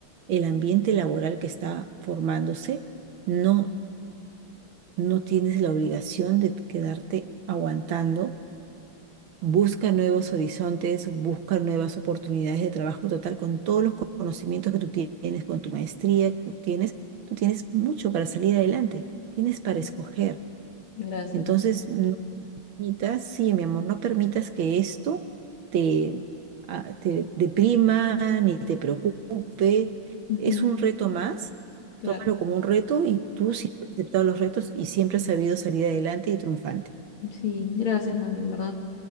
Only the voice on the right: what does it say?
el ambiente laboral que está formándose, no, no tienes la obligación de quedarte aguantando. Busca nuevos horizontes, busca nuevas oportunidades de trabajo total con todos los conocimientos que tú tienes, con tu maestría que tú tienes. Tú tienes mucho para salir adelante, tienes para
escoger.
Entonces,
no Anita, Sí, mi amor, no permitas que esto te, ah, te deprima ni te preocupe.
Es un reto más.
Tómalo como un reto y tú siempre has aceptado los retos y siempre has sabido salir adelante y triunfante.